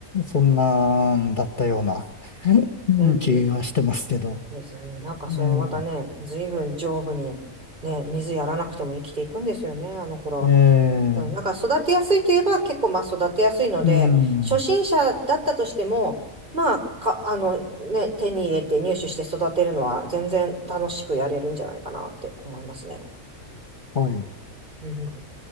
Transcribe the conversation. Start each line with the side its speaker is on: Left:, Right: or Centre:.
Left: そんなんだったような <laughs> うん気がしてますけど。
Right: うんですね。なんかそれもまたね、
Left: え
Right: 随分丈夫に、ね、水やらなくても生きていくんですよね、あの頃は。
Left: えええ
Right: そうなんか育てやすいといえば結構まあ育てやすいので、
Left: うん、
Right: 初心者だったとしても、まあ、か、あのね、手に入れて入手して育てるのは全然楽しくやれるんじゃないかなって思いますね。
Left: はい。
Right: うん